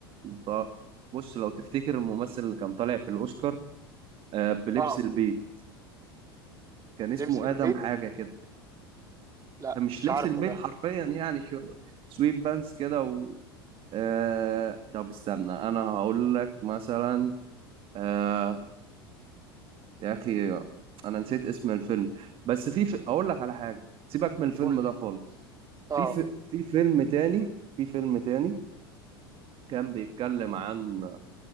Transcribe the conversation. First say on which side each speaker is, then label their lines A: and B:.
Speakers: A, on the right; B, on the right.
A: ط- بص لو تفتكر الممثل اللي كان طالع في الأوسكار آه، بلبس
B: اه
A: البيت كان
B: بلبس
A: اسمه
B: البيت
A: آدم حاجة كده
B: لا
A: آه، مش
B: مش
A: لبس
B: عارفه
A: البيت
B: ده
A: حرفيا يعني شر- سويت بانس كده و آه، طب استنى أنا هقول لك مثلا آه، يا أخي أنا نسيت اسم الفيلم بس في في- أقول لك على حاجة سيبك من الفيلم
B: قول لي
A: ده خالص
B: اه
A: في في في فيلم تاني في فيلم تاني كان بيتكلم عن